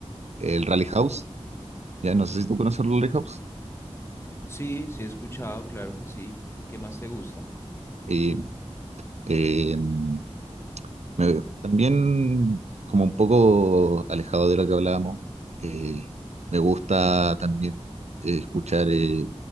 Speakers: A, on the right; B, on the left.
A: el Rally House. Ya no sé si tú conoces el Rally House.
B: Sí, sí he escuchado, claro que sí. ¿Qué más te gusta?
A: Y eh, mm, me- también, como un poco alejado de lo que hablábamos, eh, me gusta también eh, escuchar eh,